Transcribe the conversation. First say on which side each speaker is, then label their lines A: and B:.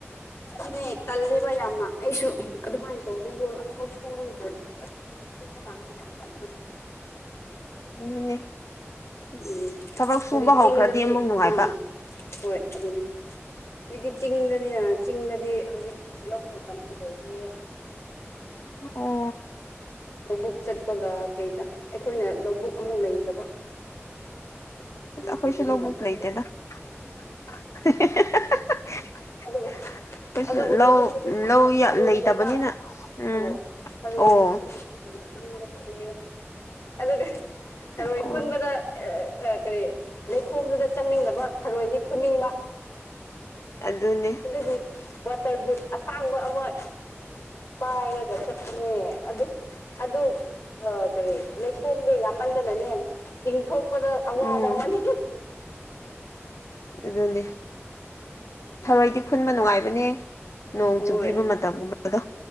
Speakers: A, on the left; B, on the left.
A: ꯑꯗꯨꯅꯦ ꯇꯜꯂꯦꯕ ꯌꯥꯝꯅ ꯑꯩꯁꯨ ꯑꯗꯨꯃꯥꯏꯅ ꯇꯧꯕꯅꯦꯒꯣ ꯑ ꯊꯕꯛ ꯁꯨꯔꯨꯗ꯭ꯔꯗꯤ ꯑꯁ ꯑꯃꯨꯛ ꯁꯨꯕꯀꯥꯟꯗ ꯌꯥꯝ ꯇꯟꯕꯗꯣ
B: ꯑꯗꯨꯅꯦ ꯑꯁ
A: ꯎꯝ
B: ꯊꯕꯛ ꯁꯨꯕ
A: ꯍꯧꯖꯤꯛ ꯆꯤꯡꯗꯗꯤ
B: ꯍꯧꯈ꯭ꯔꯗꯤ ꯑꯃꯨꯛ ꯅꯨꯡꯉꯥꯏꯕ
A: ꯑꯥ ꯍꯣꯏ ꯑꯗꯨꯅꯤ ꯖꯤꯛꯇꯤ ꯆꯤꯡꯗꯅꯤꯅ ꯆꯤꯡꯗꯗꯤ ꯍꯧꯖꯤꯛ ꯂꯧ ꯃꯇꯝꯁꯨ ꯑꯣꯏꯔꯦ
B: ꯑꯣ
A: ꯂꯧꯕꯨꯛ ꯆꯠꯄꯒ ꯀꯩꯒ ꯑꯩꯈꯣꯏꯅ ꯂꯧꯕꯨꯛ ꯑꯃꯨꯛ ꯂꯩꯇꯕ
B: ꯑꯁ
A: ꯂꯩꯇꯕꯅꯤꯅ
B: ꯑꯩꯈꯣꯏꯁꯨ ꯂꯧꯕꯨꯛ
A: ꯆꯠꯇꯦ
B: <unintelligible>
A: ꯑꯗꯨꯕꯨ
B: ꯑꯩꯈꯣꯏꯁꯨ
A: ꯑꯗꯨꯕꯨ
B: ꯂꯧ
A: ꯂꯧꯕꯨꯛꯇꯗꯤ ꯊꯔꯣꯏ
B: ꯂꯧ
A: ꯊꯔꯣꯏ
B: ꯂꯩꯇꯕꯅꯤꯅ
A: ꯂꯩꯕ
B: ꯎꯝ
A: ꯑꯣ ꯊꯔꯣꯏ
B: ꯑꯣ
A: ꯂꯩꯕ ꯗꯨꯒꯤ ꯔꯣꯏ ꯈꯨꯟꯕ ꯆꯠꯂꯦ ꯑꯗꯨꯒ ꯊꯔꯣꯏ
B: ꯑꯣ
A: ꯈꯨꯟꯕꯗ ꯑꯦꯌ ꯑ ꯀꯔꯤ ꯂꯩꯈꯣꯝꯗꯨꯗ ꯆꯪꯅꯤꯡꯗꯕ ꯊꯔꯣꯏꯗꯤ ꯈꯨꯟꯅꯤꯡꯕ
B: ꯑꯗꯨꯅꯦ
A: ꯇꯨꯗꯤ ꯋꯥꯇꯔ ꯕꯨꯠ ꯑꯁꯥꯡꯕ ꯑꯃ ꯄꯥꯏꯔꯒ ꯆꯠꯄꯅꯦ ꯑꯗꯨ ꯑꯗꯨ ꯑ ꯀꯔꯤ ꯂꯩꯈꯣꯝꯗꯣ ꯌꯥꯝꯃꯟꯗꯅꯅꯦ ꯇꯤꯡꯊꯣꯛ ꯄꯗ ꯑꯋꯥꯕ
B: ꯎꯝ
A: ꯑꯃꯅꯤ
B: ꯑꯗꯨꯅꯦ
A: ꯎꯝ
B: ꯊꯔꯣꯏꯗꯤ ꯈꯨꯟꯕ ꯅꯨꯡꯉꯥꯏꯕꯅꯦ ꯅꯣꯡ
A: ꯍꯣꯏ
B: ꯆꯨꯕꯤꯕ ꯃꯇꯝꯒꯨꯝꯕꯗꯣ